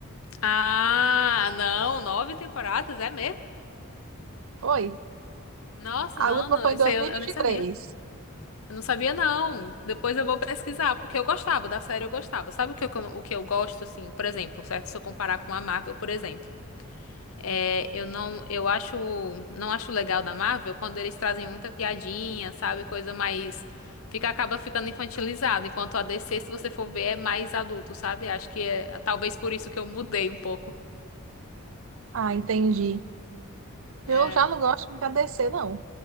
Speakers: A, on the left (about 75°); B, on the right (about 65°).
A: Ah, não, nove temporadas, é mesmo?
B: Oi,
A: Nossa,
B: A
A: não,
B: última
A: não,
B: foi em
A: isso
B: dois
A: aí eu,
B: mil e
A: eu
B: e vinte
A: nem
B: e
A: sabia.
B: três.
A: Eu não sabia, não. Depois eu vou pesquisar, porque eu gostava, da série eu gostava. Sabe o que eu, o que eu gosto, assim, por exemplo, certo? Se eu comparar com a Marvel, por exemplo. É, eu não, eu acho, não acho legal da Marvel quando eles trazem muita piadinha, sabe? Coisa mais fica acaba ficando infantilizado, enquanto a DC, se você for ver, é mais adulto, sabe? Acho que é talvez por isso que eu mudei um pouco.
B: Ah, entendi. Eu
A: É.
B: já não gosto muito da DC, não.